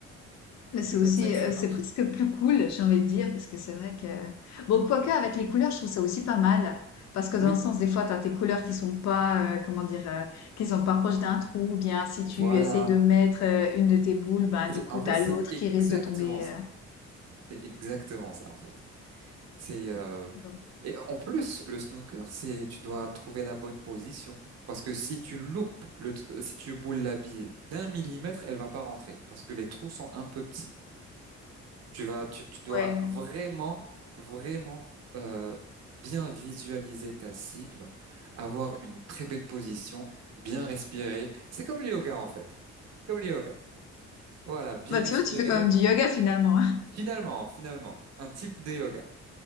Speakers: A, on the left; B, on the right.
A: Mais c'est
B: C'est
A: aussi,
B: comme ça que
A: heu,
B: ça marche.
A: c'est presque plus cool, j'ai envie de dire, parce que c'est vrai que bon, quoique avec les couleurs, je trouve ça aussi pas mal. Parce que dans
B: Oui,
A: le sens, des fois, t'as tes couleurs qui sont pas, heu, comment dire? Heu, qui sont pas proches d'un trou ou bien si
B: voilà.
A: tu essayes de mettre, heu, une de tes boules, ben
B: C'est-
A: du coup,
B: En
A: t'as
B: fait, c'est
A: l'autre
B: exactement
A: qui risque de tomber,
B: ça.
A: heu,
B: C'est exactement ça, en fait. C'est euh,
A: donc
B: et en plus, le snooker, c'est tu dois trouver la bonne position parce que si tu loupes le, t- si tu boules la bille d'un millimètre, elle va pas rentrer parce que les trous sont un peu petits. Tu vas, tu, tu dois
A: Ouais.
B: vraiment, vraiment euh, bien visualiser ta cible, avoir une très belle position, bien respirer. C'est comme le yoga, en fait. Comme le yoga. Voilà, bien
A: Bah,
B: respirer.
A: tu vois, tu fais quand même du yoga finalement, <laughs>
B: Finalement, finalement, un type de yoga,